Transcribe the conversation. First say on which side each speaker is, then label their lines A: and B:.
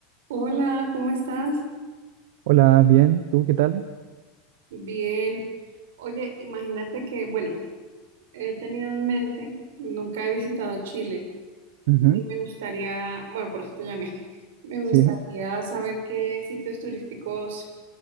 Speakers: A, on the right; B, on the right.
A: Hola, ¿cómo estás?
B: Hola, bien, ¿tú qué tal?
A: Bien. Oye, imagínate que, bueno, he tenido en mente, nunca he visitado Chile
B: Ujú,
A: y me gustaría, bueno, por eso te llamé, <laughs> me gustaría
B: Sí,
A: saber qué sitios turísticos